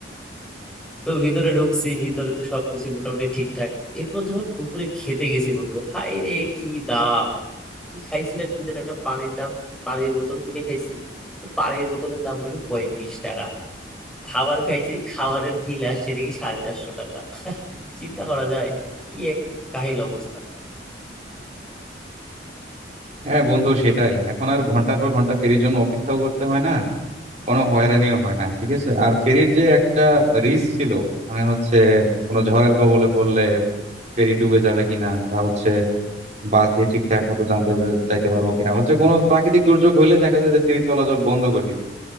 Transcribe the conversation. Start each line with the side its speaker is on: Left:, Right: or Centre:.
Centre: তো ভিতরে ঢুকছি ভিতরে তো সবকিছু মোটামুটি ঠিকঠাক এরপর যখন দুপুরে খেতে গেছি বন্ধু হাই রে কি দাম আমি খাইছিলাম কি যেন একটা পানির দাম পানির বোতল কিনে খাইছি তো পানির বোতলের দাম নাকি পঁয়ত্রিশ টাকা খাবার খাইছি খাবারের বিল আসছে নাকি সাড়ে চারশো টাকা চিন্তা করা যায় কি এক কাহিল অবস্থা
Right: হ্যাঁ বন্ধু সেটাই এখন আর ঘন্টার পর ঘন্টা ফেরির জন্য অপেক্ষাও করতে হয় না কোনো হয়রানিও হয় না ঠিক আছে আর ফেরির যে একটা রিস্ক ছিল মানে হচ্ছে কোনো ঝড়ের কবলে পড়লে ফেরি ডুবে যাবে কিনা বা হচ্ছে বাস দিয়ে ঠিকঠাক মতো জানতে পার- যাইতে পারবো কিনা হচ্ছে কোনো প্রাকৃতিক দুর্যোগ হলে দেখা যায় যে ফেরি চলাচল বন্ধ করে দিচ্ছে